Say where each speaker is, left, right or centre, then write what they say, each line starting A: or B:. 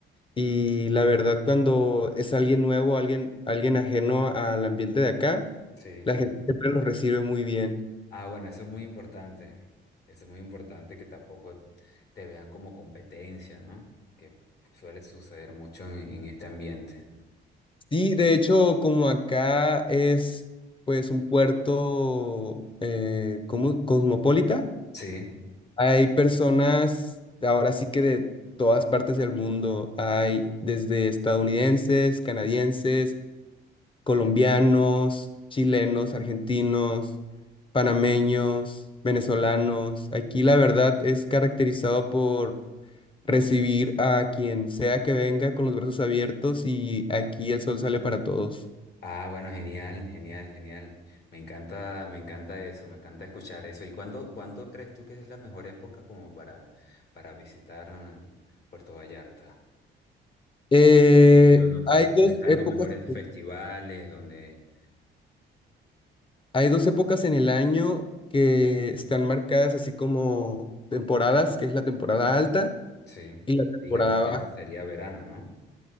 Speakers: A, on the left (about 25°); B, on the left (about 55°).
A: Y la verdad, cuando es alguien nuevo, alguien, alguien ajeno al ambiente de acá,
B: Sí.
A: la gente siempre los recibe muy bien.
B: Ah, bueno, eso es muy importante. Eso es muy importante que tampoco te vean como competencia, ¿no? Que suele suceder mucho en, en este ambiente.
A: Y de hecho, como acá es pues un puerto eh, como cosmopolita,
B: Sí.
A: hay personas ahora sí que de todas partes del mundo, hay desde estadounidenses, canadienses, colombianos, chilenos, argentinos, panameños, venezolanos. Aquí la verdad es caracterizado por recibir a quien sea que venga con los brazos abiertos y aquí el sol sale para todos.
B: Ah, bueno, genial, genial, genial. Me encanta, me encanta eso, me encanta escuchar eso. ¿Y cuándo, cuándo crees tú que es la mejor época como para, para visitar mm, Puerto Vallarta?
A: Eh,
B: Eh, Donde
A: hay
B: donde
A: dos
B: están
A: épocas,
B: los mejores festivales, donde,
A: hay dos épocas en el año que están marcadas así como temporadas, que es la temporada alta
B: sí,
A: y la temporada
B: digamos que
A: baja.
B: sería verano, ¿no?